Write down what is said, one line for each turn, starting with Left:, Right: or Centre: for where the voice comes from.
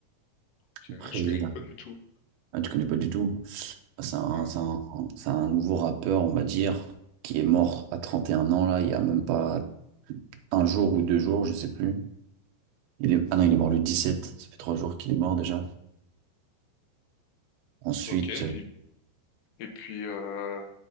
Left: Je
Right: Après,
Left: je connais
Right: il
Left: pas
Right: a-
Left: du tout.
Right: ah, tu connais pas du tout. C'est un,
Left: Hmm.
Right: c'est un, c'est un nouveau rappeur, on va dire, qui est mort à 31 ans, là. Il y a même pas un jour ou deux jours, je sais plus. Il est... Ah non, il est mort le dix sept Ça fait trois jours qu'il est mort déjà. Ensuite.
Left: Ok, et puis, et puis, euh,